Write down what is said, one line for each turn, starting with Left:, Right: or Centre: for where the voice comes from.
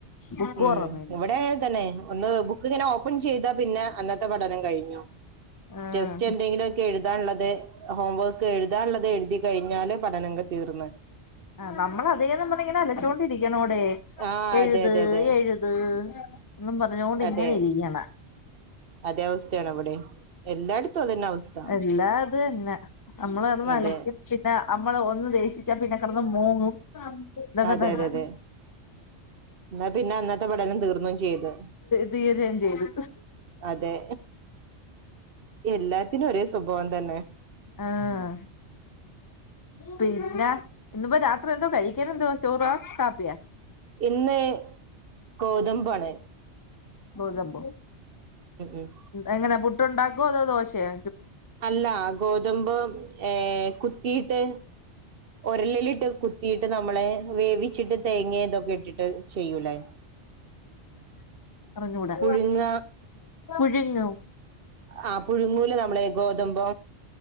Left: ബുക്ക്
Right: ഉം
Left: തുറന്നില്ല
Right: ഇവിടെഇത് തന്നെ ഒന്ന ബുക്ക് ഇങ്ങനെ ഓപ്പൺ ചെയ്താ പിന്നെ അന്നത്തെ പഠനം കഴിഞ്ഞു
Left: ആഹ്
Right: ജെസ്റ്റ് എന്തെങ്കിലും ഒക്കെ എഴുതാനുള്ളത് ഹോം വർക്ക് എഴുതാനുള്ളത് എഴുതി കഴി ഞ്ഞാല് പഠനം തീർന്ന്
Left: ആ നമ്മൾ അതേന്ന് പറഞ്ഞു ഇങ്ങനെ അലച്ചൊണ്ടിരിക്കണോടെ
Right: ആഹ്
Left: എഴുത്
Right: അതെ അതെ അതെ
Left: എഴുത് എന്നും പറഞ്ഞൊണ്ട്
Right: അതെ
Left: ഇങ്ങനെ ഇരിക്കണം
Right: അതെ അവസ്ഥയാണ് ഇവിടെ എല്ലായിടത്തും അതന്നെ അവസ്ഥ
Left: എല്ലാ അത് തന്നെ നമ്മളകിടന്ന്
Right: അതെ
Left: അലക്കും പിന്നെ നമ്മള് ഒന്ന് ദേഷിച്ച പിന്നെ മോങ്ങും ഇതൊക്കെ
Right: അതെ
Left: തന്നെ
Right: അതെ അതെ എന്നാ പിന്നെ അന്നത്തെ പഠനം തീർന്നും ചെയ്ത്
Left: തീരെയും ചെയ്തു
Right: അതെ എല്ലാത്തിനും ഒരേ സ്വഭാവം തന്നെ
Left: ആഹ പിന്നെ ഇനിപ്പ രാത്രി എന്തോ കഴിക്കൻ എന്തോ ചോറാ കാപ്പിയാ
Right: ഇന്ന് ഗോതമ്പ് ആണ്
Left: ഗോതമ്പോ
Right: ഉം
Left: എങ്ങനാ പുട്ടുണ്ടാക്കോ അതോ ദോശയൊ
Right: അല്ല ഗോതമ്പ് കുത്തിയിട്ട് ഉരലിലിട്ട് കുത്തിയിട്ട് നമ്മളെ വേവിച്ചിട്ട് തേങ്ങ ഇതൊക്കെ ഇട്ടിട്ട് ചെയ്യൂലേ
Left: അറിഞ്ഞൂടാ
Right: പുഴുങ്ങ
Left: പുഴുങ്ങും
Right: ആഹ പുഴുങ്ങൂലെ നമ്മളെ ഗോതമ്പ്